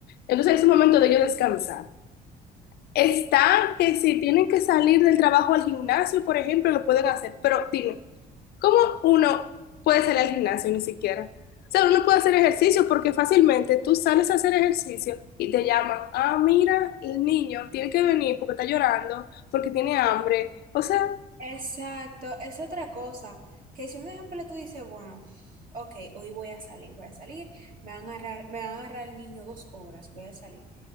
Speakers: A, on the left (about 70°); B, on the right (about 55°).
A: Entonces es un momento de ellos descansar. Está que si tienen que salir del trabajo al gimnasio, por ejemplo, lo pueden hacer, pero dime. ¿Cómo uno puede salir al gimnasio ni siquiera? O sea, uno puede hacer ejercicio porque fácilmente tú sales a hacer ejercicio y te llaman, ah, mira, el niño tiene que venir porque está llorando, porque tiene hambre. O sea,
B: Exacto, es otra cosa, que si un ejemplo tú dices, bueno, ok, hoy voy a salir, voy a salir, me van a agarrar, me van a agarrar el niño dos horas, voy a salir.